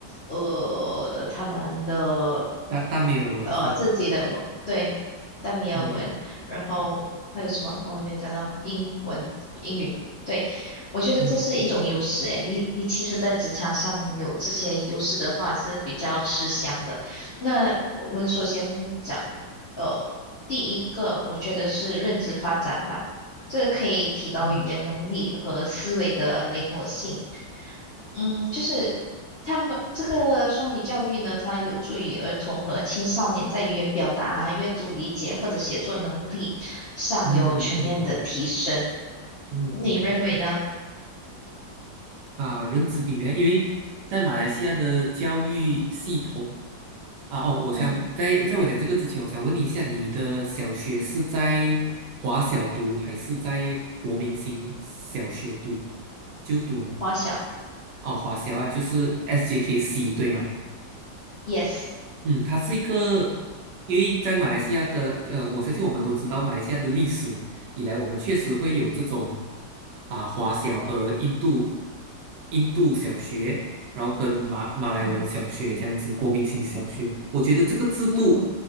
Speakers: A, on the left; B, on the right.
A: 呃他们的
B: 大大没有文章，
A: 呃自己的文对大米尔文，
B: 嗯
A: 然后还有什么我还没有讲到英文、英语。对，我觉得这是一种优势诶，
B: 嗯嗯
A: 你你其实，在职场上有这些优势的话，是比较吃香的。那我们首先讲，呃，第一个我觉得是认知发展吧，这个可以提高语言能力和思维的灵活性。
B: 嗯
A: 嗯，就是他们这个双语教育呢，它有助于儿童和青少年在语言表达啊、阅读理解或者写作能力上有全面的提升。
B: 嗯嗯嗯嗯嗯。
A: 你认为呢？
B: 啊，认知里面，因为在马来西亚的教育系统啊，哦，我想在在我讲这个之前，
A: 嗯，
B: 我想问你一下，你的小学是在华小读还是在国民型小学读就读呢？
A: 花小
B: 哦，华小啊，就是 SJKC 对吗？
A: ，yes，
B: 嗯，它是一个，因为在马来西亚的，呃，我相信我们都知道，马来西亚的历史以来，我们确实会有这种啊华小和印度印度小学，然后跟马马来文小学这样子，
A: 嗯
B: 国民性小学。我觉得这个制度
A: 嗯